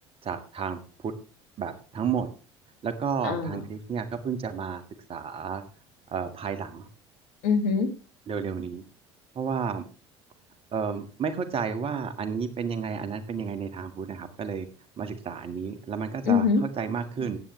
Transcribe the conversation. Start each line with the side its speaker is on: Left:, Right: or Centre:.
Right: จากทางพุทธแบบทั้งหมดแล้วก็ทางคริสต์เนี่ยก็เพิ่งจะมาศึกษา
Left: อ่า
Right: เอ่อภายหลัง
Left: อือหือ
Right: เร็วๆนี้เพราะว่าเอ่อไม่เข้าใจว่าอันนี้เป็นยังไงอันนั้นเป็นยังไงในทางพุทธนะครับก็เลยมาศึกษาอันนี้แล้วมันก็จะเข้าใจมากขึ้น
Left: อือหือ